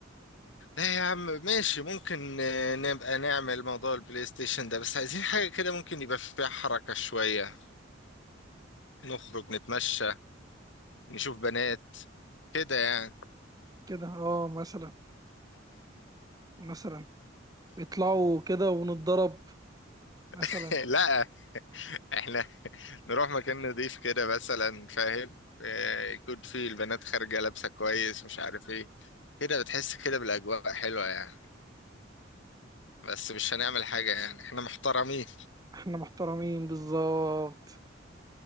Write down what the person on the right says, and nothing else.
كده اه مثلا مثلا يطلعوا كده ونتضرب مثلا
احنا محترمين بالظبط